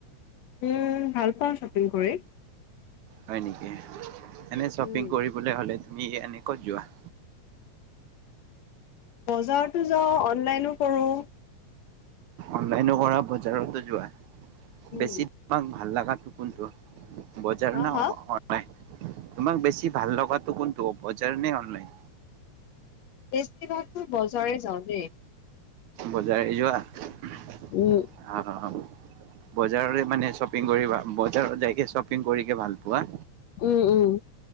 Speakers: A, on the left; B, on the right.
A: উম! ভাল পাওঁ শ্বপিং কৰি।
B: হয় নেকি? এনে, শ্বপিং
A: উম
B: কৰিবলৈ হ'লে তুমি এনে, ক'ত যোৱা?
A: বজাৰতো যাওঁ, অনলাইনো কৰোঁ।
B: অনলাইনো কৰা, বজাৰতো যোৱা?
A: উম
B: বেছিভাগ ভাল লাগা কোনটো? বজাৰ
A: হা
B: না
A: হা
B: অ' অ' অনলাইন? তোমাক বেছি ভাল লগাটো কোনটো- বজাৰ নে অনলাইন?
A: বেছিভাগতো বজাৰে যাওঁ দেই।
B: বজাৰ এ যোৱা?
A: উম।
B: অ বজাৰৰে মানে শ্বপিং কৰিবা, বজাৰত যাই শ্বপিং কৰিকে ভাল পোৱা?
A: উম উম।